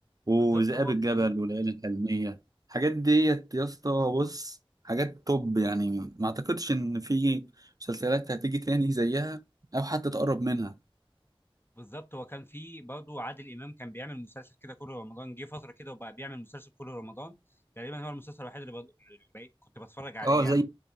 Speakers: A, on the right; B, on the left.
A: وذئاب
B: بالظبط هو
A: الجبل
B: مم،
A: والليالي الحلمية الحاجات ديت يا اسطى بص حاجات توب يعني ما اعتقدش ان في مسلسلات هتيجي تاني زيها او حتى تقرب منها
B: بالظبط هو كان في برضه عادل امام كان بيعمل مسلسل كده كل رمضان جه فتره كده وبقى بيعمل مسلسل كل رمضان تقريبا هو المسلسل الوحيد اللي, ب... اللي بقيت- كنت بتفرج عليه
A: اه
B: يعني
A: زي